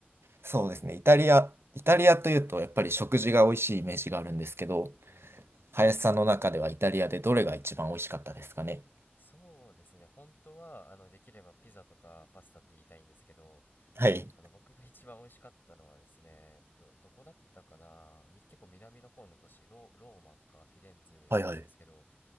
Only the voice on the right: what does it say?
そうですね。イタリア、イタリアというとやっぱり食事が美味しいイメージがあるんですけど、
林さんの中ではイタリアでどれが一番美味しかったですかね。
はい。
はいはい。